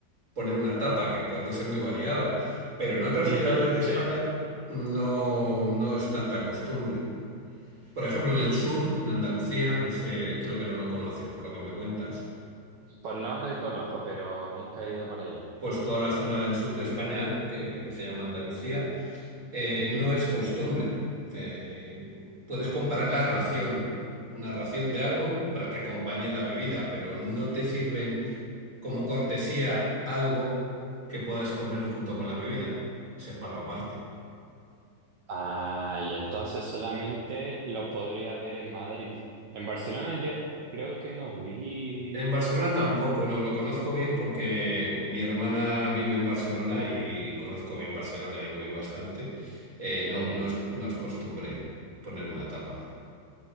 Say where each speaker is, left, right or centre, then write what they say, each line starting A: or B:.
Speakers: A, on the right (about 45°); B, on the right (about 70°).
A: poner una tapa, que pueden ser muy variadas, pero en otras
B: Ujú,
A: ciudades de España
B: sí,
A: no, no es tanta costumbre. Por ejemplo, en el sur, en Andalucía, no sé, creo que no lo conoces por lo que me cuentas,
B: por nombre conozco, pero nunca he ido por allá.
A: pues toda la zona del sur de España, que se llama Andalucía, eh,
B: Ujú.
A: no es costumbre. Eh, puedes comparar la ración, una ración de algo para que acompañe la bebida, pero no te sirven como cortesía algo que puedas comer junto con la bebida. Se paga aparte.
B: Ah, y entonces solamente lo podría ver en Madrid. En Barcelona yo creo que no vi.
A: En Barcelona tampoco, no, lo conozco bien porque mi hermana vive en Barcelona y conozco bien Barcelona y voy bastante. Eh, no,
B: Mm.
A: no es, no es costumbre poner una tapa.